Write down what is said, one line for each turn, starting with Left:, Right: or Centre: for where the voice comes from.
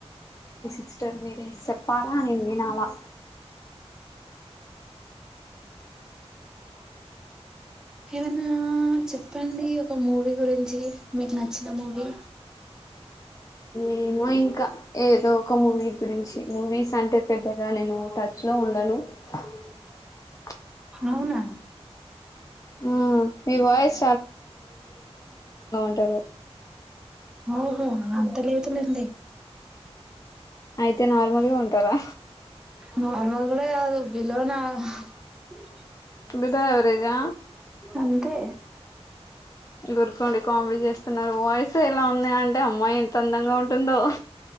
Left: సిస్టిర్నె మీర్ సెప్పాలా నేన్ వినాలా
Centre: ఏమన్న చెప్పండి ఒక మూవీ గురించి మీకు నచ్చిన మూవీ
Left: ఏమో ఇంక ఏదో ఒక మూవీ గురించి మూవీస్ అంటే పెద్దగా నేను ట <unintelligible>
Centre: అవునా
Left: ఆ మీ వాయిస్ సరే
Centre: ఓహో అంత లేదులెండి
Left: అయితే నార్మల్గా ఉంటారా
Centre: నార్మల్ కూడా కాదు బిలో నార్మల్
Left: బిలో యావరేజా
Centre: అంతే
Left: ఎగురుకోండి కామెడీ చేస్తున్నారు వాయిస్ ఎలా ఉంది అంటే అమ్మాయి ఎంత అందంగా ఉంటుందో